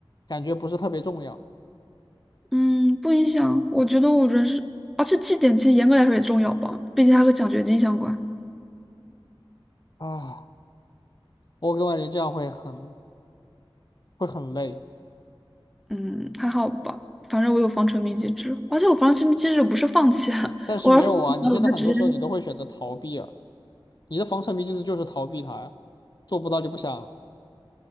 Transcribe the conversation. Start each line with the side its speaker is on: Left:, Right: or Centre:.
Left: 感觉不是特别重要
Centre: 嗯，不影响。我觉得我人是，而且绩点其实严格来说也重要吧，毕竟它和奖学金相关。
Left: 啊。我总感觉这样会很会很累，
Centre: 嗯，还好吧，反正我有防沉迷机制，而且我防沉迷机制不是放弃啊，
Left: 但是没有啊，
Centre: <laughs> 我要放弃了，
Left: 你现在很多时候你都会选择逃避啊，
Centre: 我就直接
Left: 你的防沉迷机制就是逃避它呀，做不到就不想。